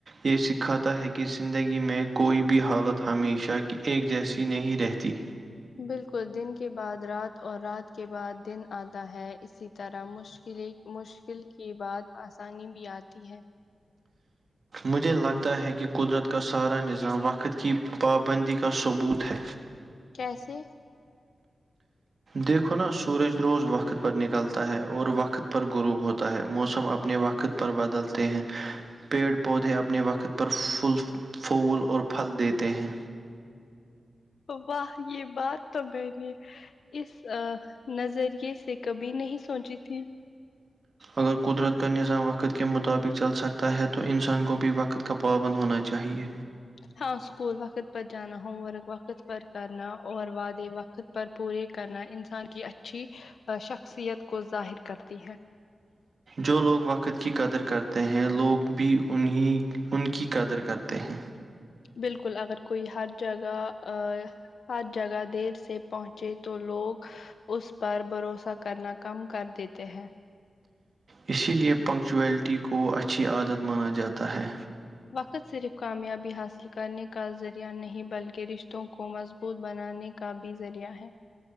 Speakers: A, on the right; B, on the left.
A: یہ سکھاتا ہے کہ زندگی میں کوئی بھی حالت ہمیشہ کی ایک جیسی نہیں رہتی
B: بالکل دن کے بعد رات اور رات کے بعد دن آتا ہے اسی طرح مشکل کے بعد آسانی بھی آتی ہے
A: مجھے لگتا ہے کہ قدرت کا سارا نظام وقت کی پابندی کا ثبوت ہے
B: کیسے
A: دیکھو نا سورج روز وقت پر نکلتا ہے اور وقت غروب ہوتا ہے موسم اپنے وقت پر بدلتے ہیں پیڑ پودے اپنے وقت وقت پر پل پھول اور پھل دیتے ہیں
B: واہ یہ بات تو میں نے اس نظریے سے کبھی نہیں سوچی تھی
A: اگر قدرت کا نظام وقت کے مطابق چل سکتا ہے تو انسان کو بھی وقت کا پابند ہونا چاہیئے
B: ہاں سکول وقت پر جانا ہوم ورک وقت پر کرنا اور وعدے وقت پر پورے کرنا انسان کی اچھی شخصیت کو ظاہر کرتی ہے
A: جو لوگ وقت کی قدر کرتے ہیں لوگ بھی انہیں ان کی قدر کرتے ہیں
B: بالکل اگر کوئی ہر جگہ ا ہر جگہ دیر سے پہنچے تو لوگ اس پر بھروسہ کرنا کم کر دیتے ہیں
A: اسی لے پنکچویلٹی کو اچھی عادت مانا جاتا ہے
B: وقت صرف کامیابی حاصل کرنے کا ذریعہ نہیں بلکہ رشتوں کو مضبوط بنانے کا بھی ذریعہ ہے